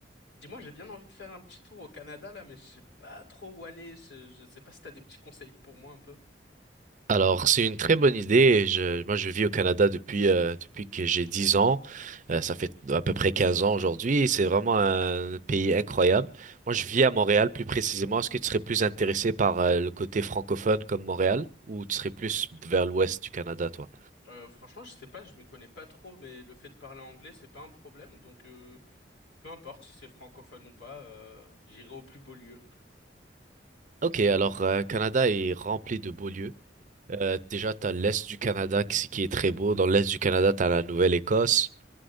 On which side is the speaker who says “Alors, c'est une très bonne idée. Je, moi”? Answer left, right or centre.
Right